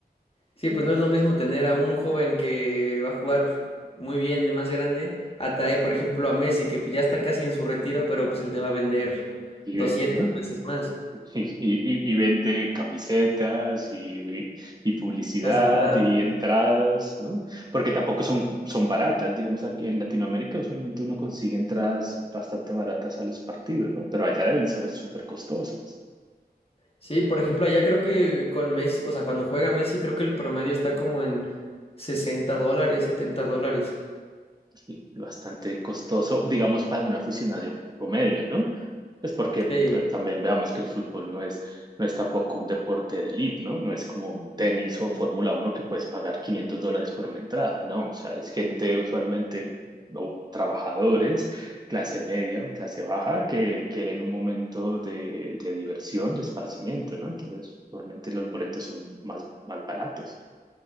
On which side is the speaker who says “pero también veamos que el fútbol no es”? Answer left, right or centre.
Right